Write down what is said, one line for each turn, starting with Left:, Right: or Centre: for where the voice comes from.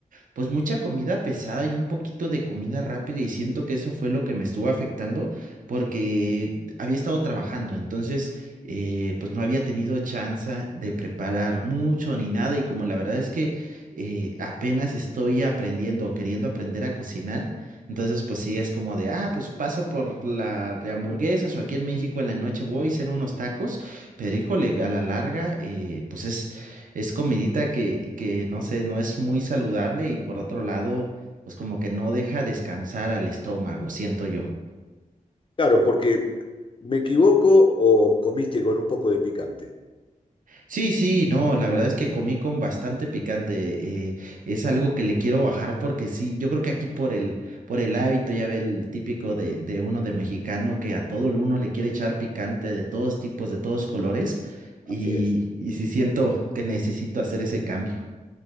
Right: pues mucha comida pesada y un poquito de comida rápida y siento que eso fue lo que me estuvo afectando porque había estado trabajando, entonces eh, pues no había tenido chance de preparar mucho ni nada y como la verdad es que eh, apenas estoy aprendiendo o queriendo aprender a cocinar, entonces pues sí es como de, ah, pues paso por la de hamburguesas o aquí en México en la noche voy a hacer unos tacos, pero híjole, a la larga eh, pues es es comidita que, que, no sé, no es muy saludable y por otro lado, pues como que no deja descansar al estómago, siento yo.
Left: Claro, porque me equivoco o comiste con un poco de picante.
Right: Sí, sí, no, la verdad es que comí con bastante picante. eh, es algo que le quiero bajar porque sí, yo creo que aquí por el, por el hábito, ya ve el típico de, de uno de mexicano que a todo el uno le quiere echar picante de todos tipos, de todos colores, y,
Left: Así es.
Right: y sí siento que necesito hacer ese cambio.